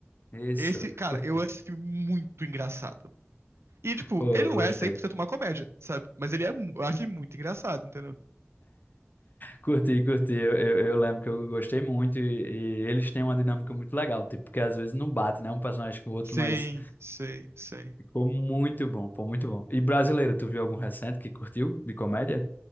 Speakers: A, on the left; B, on the right.
A: Isso.
B: Esse, cara,
A: Curti.
B: eu acho esse filme muito engraçado. E, tipo,
A: Pô,
B: ele não
A: gostei.
B: é cem por cento uma comédia, sabe? Mas ele é. mu- Eu acho ele muito engraçado, entendeu?
A: Curti, curti. Eu, eu, eu lembro que eu gostei muito e, e eles têm uma dinâmica muito legal, tipo, porque às vezes não bate, né? Um personagem com o outro,
B: Sim,
A: mas
B: sim, sim.
A: Ficou muito bom, pô, muito bom. E brasileiro, tu viu algum recente que curtiu de comédia?